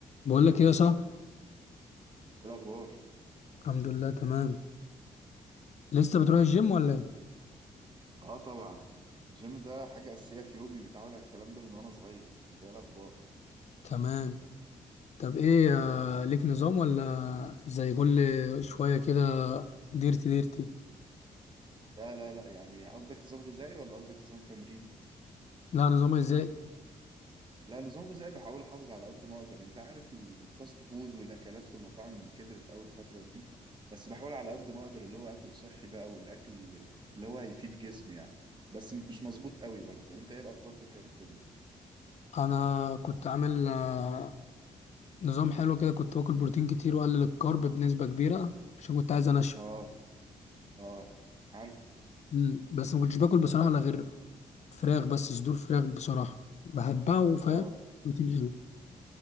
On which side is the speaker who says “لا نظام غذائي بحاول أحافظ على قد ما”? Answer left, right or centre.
Right